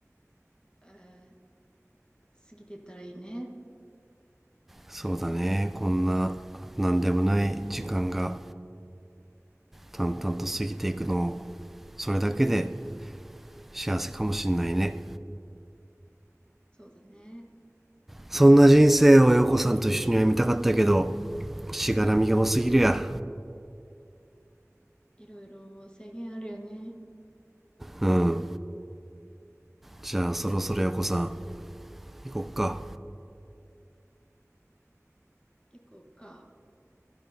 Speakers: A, on the left; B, in the centre.
A: えー過ぎてったらいいね。
B: そうだねこんな何でもない時間が淡々と過ぎていくのをそれだけで幸せかもしんないね
A: そうだね。
B: そんな人生を陽子さんと一緒には見たかったけどしがらみが多すぎるや
A: いろいろ制限あるよね。
B: うんじゃあそろそろ陽子さん行こっか
A: 行こうか。